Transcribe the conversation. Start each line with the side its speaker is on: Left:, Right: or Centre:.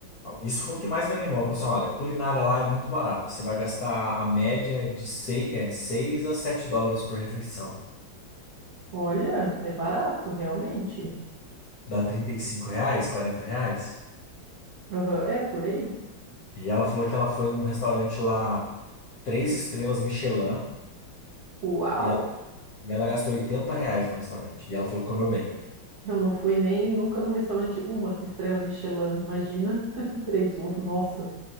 Left: isso foi o que mais me animou. Ela falou assim, olha, culinária lá é muito barata. Você vai gastar a média de 6, é, 6 a 7 dólares por refeição.
Right: Olha, é barato, realmente.
Left: Dá 35 reais, 40 reais.
Right: Aham, É por aí?
Left: E ela falou que ela foi num restaurante lá, três estrelas Michelin,
Right: Uau!
Left: e ela, e ela gastou 80 reais no restaurante. E ela falou que comeu bem.
Right: Eu não fui nem nunca num restaurante uma estrela Michelin, imagina <laughs> três, uou, nossa.